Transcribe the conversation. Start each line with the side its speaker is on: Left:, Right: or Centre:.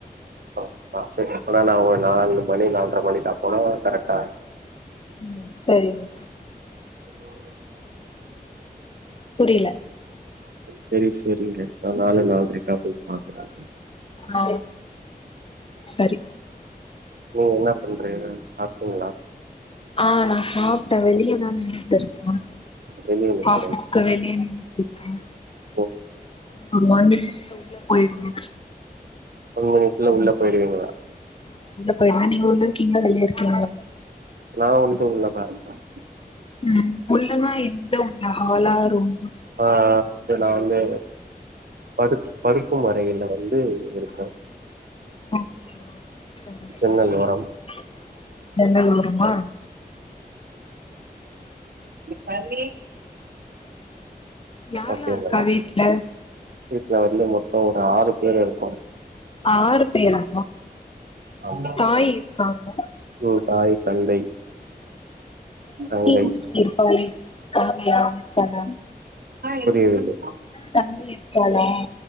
Right: ஆ ஆ சேரி அப்பனா நா ஒரு நால் மணி நால்ற மணிட்டா போனா கரெட்டா
Left: ம் சேரிங்க
Right: உ <inaudible>
Left: புரில
Right: சேரி சேரிங்க நா நாலு நாள்ரைகு போய் பாக்குறே
Left: ஆ சரி
Right: ஓ என்ன பண்றீங்க சாப்ட்டீங்ளா
Left: ஆ நா சாப்ட்ட வெளியதா நின்னுட்டு இருக்கே
Right: வெளிய நிக்கிறே
Left: ஆபிஸ்கு வெளிய நின்னுட்டு இருக்கே
Right: ஓ
Left: இன்னு ஒரு மினிட்ல உள்ள போய்டுவே
Right: ஒரு மிணிட்டுல உள்ள போய்டுவீங்களா
Left: போயிடுவ நீங்க உள்ள இருக்கீங்களா வெளிய இருக்கீங்களா
Right: <unintelligible> உள்ள தா இருப்ப
Left: ம் உள்ள நா எங் <unintelligible> ஹாலா ரூம்
Right: ஆ இப்ப நா வந்து படுத் படுக்கும் அரைகள்ல வந்து இருக்
Left: ஓகே சரி
Right: ஜன்னல்
Left: சரி ‌சரி
Right: ஓரம்
Left: ஜன்னல் ஓரமா
Right: பவி
Left: யார்லா
Right: ஓகேங்களா
Left: இருக்கா வீட்ல
Right: வீட்ல வந்து மொத்தோ ஒரு ஆறு பேர் இருக்கோ
Left: ஆறு பேரா
Right: ஆமா
Left: தாய் காங்க
Right: ம் தாய் தந்தை
Left: குட்டி
Right: தங்கை
Left: ஒருத்தி இருப்பாளே காவ்யா தான
Right: புரியவில்லை
Left: தமிழ் இருக்காலா